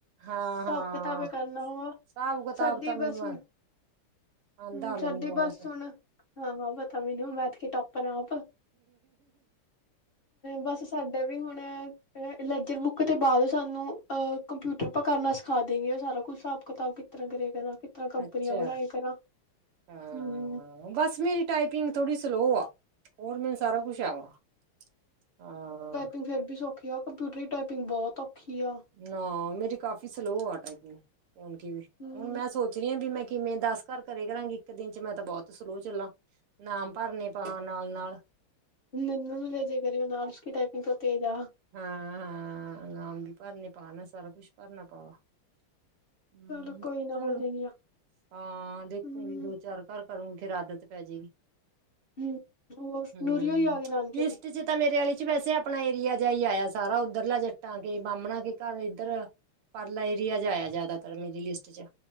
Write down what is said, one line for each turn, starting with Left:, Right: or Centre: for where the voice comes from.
Right: ਹਾਂ-ਹਾਂ
Left: ਹਿਸਾਬ ਕਿਤਾਬੇ ਕਰਨਾ ਹੋਗਾ
Right: ਹਿਸਾਬ ਕਿਤਾਬ
Left: ਸਾਢੀ
Right: ਤਾਂ ਮੈਨੂੰ
Left: ਬਸ- ਹੂੰ
Right: ਆ ਆਂਦਾ
Left: ਸਾਡੀ
Right: ਮੈਨੂੰ ਬਹੁਤ
Left: ਬੱਸ ਹੁਣ ਹਾਂ-ਹਾਂ ਪਤਾ ਮੈਨੂੰ ਮੈਥ ਕੇ ਟੋਪਰ ਆਪ ਬਸ ਸਾਡੇ ਵੀ ਹੁਣ ਅ ਲੈਜਰ ਬੁੱਕ ਦੇ ਬਾਅਦ ਸਾਨੂੰ ਅਹ ਕੰਪਿਊਟਰ ਆਪਾਂ ਕਰਨਾ ਸਿਖਾ ਦੇਂਗੇ ੳ ਸਾਰਾ ਕੁਛ ਹਿਸਾਬ-ਕਿਤਾਬ ਕਿਸ ਤਰ੍ਹਾਂ ਕਰੇ ਕਰਾ ਕੀਸ ਤਰ੍ਹਾ ਕੰਪਨੀਆਂ
Right: ਅੱਛਾ
Left: ਬਣਾਈ ਕਰਾ। ਹੂੰ
Right: ਹਾਂ ਬਸ ਮੇਰੀ ਟਾਈਪਿੰਗ ਥੋੜੀ ਸਲੋ ਆ ਹੋਰ ਮੈਨੂੰ ਸਾਰਾ ਕੁਛ ਆਵਾ ਹਾਂ।
Left: ਪਿਂਗ ਫੇਰ ਵੀ ਸੌਖੀ ਆ, ਕੰਪਿਊਟਰਰੀ ਟਾਈਪਿੰਗ ਬਹੁਤ ਔਖੀ ਆ
Right: ਨਾ ਮੇਰੀ ਕਾਫੀ ਸਲੋ ਆ ਟਾਈਪੀਂਗ ਹੁਣ ਕਿਵੇ,
Left: ਹੂੰ
Right: ਹੁਣ ਮੈਂ ਸੋਚ ਰਹੀ ਆਂ ਵੀ ਮੈਂ ਕਿਵੇਂ ਦੱਸ ਘਰ ਕਰੇ ਕਰਾਂਗੀ, ਇੱਕ ਦਿਨ ਚ ਮੈਂ ਤਾਂ ਬਹੁਤ ਸਲੋ ਚੱਲਾਂ, ਨਾਮ ਭਰਨੇ ਪਾਵਾਂ ਨਾਲ-ਨਾਲ
Left: ਨਨੂੰ ਨੂੰ ਲੈ ਜੇ ਕਰਿਓ ਨਾਲ ਉਸਕੀ ਟਾਈਪਿੰਗ ਤਾਂ ਤੇਜ਼ ਆ
Right: ਹਾਂ ਹਾਂ ਨਾਮ ਵੀ ਭਰਨੇ ਪਾ ਨਾ ਸਾਰਾ ਕੁਛ ਭਰਨਾ ਪਾ ਹੂੰ
Left: ਚਲੋ ਕੋਈ ਨਾ
Right: ਚਲੋ
Left: ਹੋ ਜਾਏਗੀ ਆ।
Right: ਹਾਂ ਦੇਖੁਂਗੀ
Left: ਹੂੰ
Right: ਦੋ ਚਾਰ ਘਰ ਕਰੂੰਗੀ ਫੇਰ ਆਦਤ ਪੈ ਜੇਗੀ।
Left: ਹੂੰ ਹੋਰ
Right: ਹੂੰ
Left: ਨੂਰੀ ਹੋਰੀ ਆ ਗਏ ਨਾਨਕੇ
Right: ਲਿਸਟ
Left: ਤੇ
Right: ਚ ਤਾਂ ਮੇਰੇ ਆਲੀ ਚ ਵੈਸੇ ਆਪਣਾ ਏਰੀਆ ਜਾ ਹੀ ਆਇਆ ਸਾਰਾ, ਉੱਧਰਲਾ ਜੱਟਾਂ ਕੇ ਬਾਹਮਣਾ ਕੇ ਘਰ ਇੱਧਰ ਪਰਲਾ ਏਰੀਆ ਚ ਆਏਆ ਜਾਦਾਤਰ ਮੇਰੀ ਲੀਸਟ ਚ